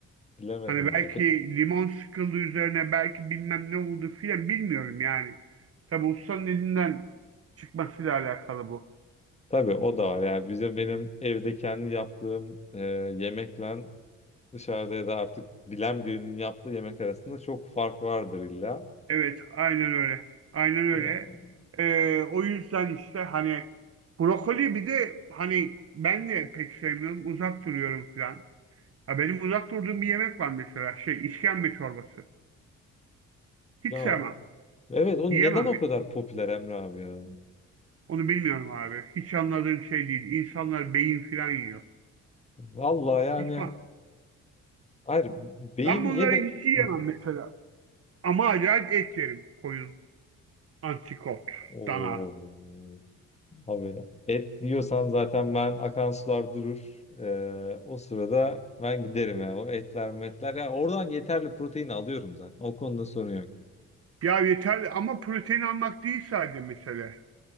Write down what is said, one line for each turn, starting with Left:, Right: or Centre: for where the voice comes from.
Left: bilemedim
Right: Hani belki
Left: ya. De,
Right: limon sıkıldı üzerine belki bilmem ne oldu filan bilmiyorum yani. Tabi ustanın elinden çıkmasıyla alakalı bu.
Left: tabii o da var yani bizim benim evde kendi yaptığım e, yemekle dışarıda ya da artık bilen birinin yaptığı yemek arasında çok fark vardır illa.
Right: Evet, aynen öyle. Aynen öyle.
Left: Ya,
Right: Ee, o yüzden işte hani brokoli bir de hani ben de pek sevmiyorum. Uzak duruyorum falan. Ha, benim uzak durduğum bir yemek var mesela. Şey, işkembe çorbası. Hiç
Left: ya
Right: sevmem.
Left: evet o
Right: Yiyemem
Left: neden o
Right: ya.
Left: kadar popüler Emre abi ya?
Right: Onu bilmiyorum abi. Hiç anladığım şey değil. İnsanlar beyin falan yiyor.
Left: Vallahi yani
Right: Hiç ben,
Left: hayır beyin
Right: ben bunları
Left: ye de
Right: hiç yiyemem
Left: Hı.
Right: mesela. Ama acayip et yerim. Koyun, antrikot,
Left: Oo.
Right: dana.
Left: Abi et diyorsan zaten ben akan sular durur. Ee, o sırada ben giderim yani. O etler metler. Yani oradan yeterli protein alıyorum zaten. O konuda sorun yok.
Right: Ya yeter ama protein almak değil sadece mesele.